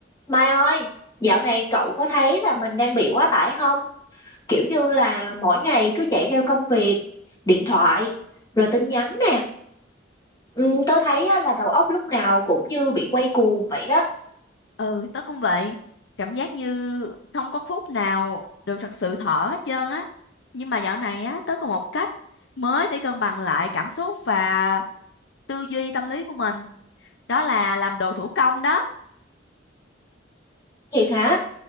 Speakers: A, on the left; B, on the left.
A: Mai ơi, dạo này cậu có thấy là mình đang bị quá tải không? Kiểu như là mỗi ngày cứ chạy theo công việc, điện thoại, rồi tin nhắn nè. Ừ, tớ thấy á, là đầu óc lúc nào cũng như bị quay cuồng vậy đó.
B: Ừ, tớ cũng vậy. Cảm giác như không có phút nào được thật sự thở hết trơn á. Nhưng mà dạo này á, tớ có một cách mới để cân bằng lại cảm xúc và tư duy tâm lý của mình. Đó là làm đồ thủ công đó.
A: Thiệt hả?